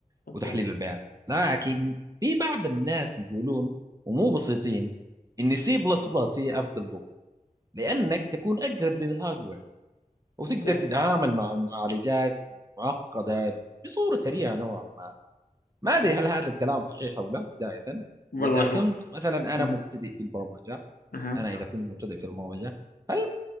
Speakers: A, on the left; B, on the right.
A: اوكي
B: وتحليل البيانات لكن في بعض الناس يقولون ومو بسيطين ان سي بلس بلس هي افضل لغه لانك تكون اقرب للهاردوير وتقدر
A: اوكي
B: تتعامل مع المعالجات المعقده بصوره سريعه نوعا ما ما ادري
A: مهم.
B: هل هذا الكلام صحيح او لا بدايه
A: والله
B: واذا
A: شوف
B: كنت مثلا
A: مهم.
B: انا مبتدئ في البرمجه
A: مهم.
B: أنا إذا كنت مبتدئ في المبرمجة هل